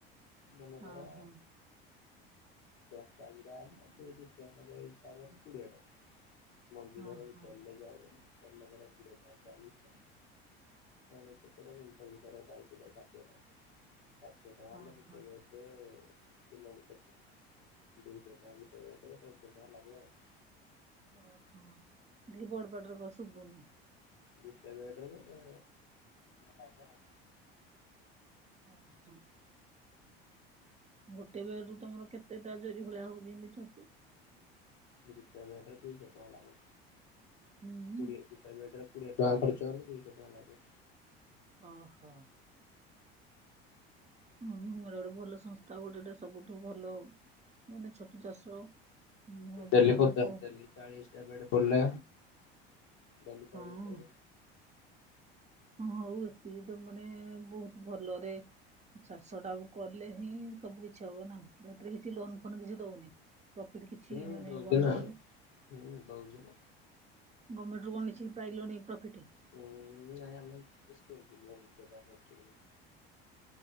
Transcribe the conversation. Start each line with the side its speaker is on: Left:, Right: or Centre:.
Left: ମନେକର
Right: ହଁ ହଁ
Left: ଦଶଟା ଭଟା ହେଲେ ଦୁଇ ଟଙ୍କା ହିସାବ ହେଲେ କୋଡିଏ ଟଙ୍କା। <inaudible>
Right: ହଁ ହଁ
Left: <inaudible> ଭ ଦୁଇଶଟା ଭିତରେ <inaudible>
Right: ଓହୋ
Left: ଟଙ୍କା ଲାଗିବ ଆଉ।
Right: ଓହୋ ଦେଇ ବଡପାଟିରେ କହ ଶୁଭୁନି?
Left: ଗୋଟେ ରେଟରେ ହେଲେ ଦବା ଆଉ
Right: ହଁ ହ। ଗୋଟେ ବେଡରୁ ତମର କେତେଟା ଜରି ଭଳିଆ ହଉଛିି ଏନ୍ତି ଛତୁ?
Left: ଗୋଟେ ବେଡେରେ ଦୁଇଶହ ଟଙ୍କା ଲେଖା।
Right: ହୁଁ।
Left: ଗୋଟିଏ ବେଡରେ କୁଡ଼ିଏ ଟଙ୍କା ଖର୍ଚ୍ଚ ହେଲେ ଦୁଇଶହ ଟଙ୍କା ପାଇବୁ।
Right: ଓହୋ। ହଁ ଏଇଟା ଗୋଟେ ଭଲ ସଂସ୍ଥା ଗୋଟେ ଏଇଟା ସବୁଠୁ ଭଲ ମାନେ ଛତୁ ଚାଷ ହୁଁ ହଉଜି
Left: ଡେଲି
Right: ଆଉ
Left: ପଚାଶ
Right: କହ
Left: ଡେଲି ଚାଳିଶଟା ବେଡ ପଡ଼ିଲେ କାଲି
Right: ହଁ
Left: ଚାଳିଶଟା
Right: ହଁ ହଉ ଏତିକି ତ ମାନେ ବହୁତ ଭଲରେ ଚାଷଟାକୁ କଲେ ହିଁ ସବୁ କିଛି ହବ ନା ଏଥିରେ କିଛି ଲୋନ ଫୋନ କିଛି ଦଉନି? ପ୍ରଫିଟ କିଛି
Left: ହୁଁ
Right: ମାନେ
Left: ଦଉଛି
Right: ଗମେଣ୍ଟରୁ।
Left: ନା ହୁଁ ଦଉଛି ନା
Right: ଗମେଣ୍ଟ ରୁ କଣ କିଛି ପାଇଲନି ପ୍ରଫିଟ୍।
Left: ହଁ ନାଇଁ ଆମେ <unintelligible>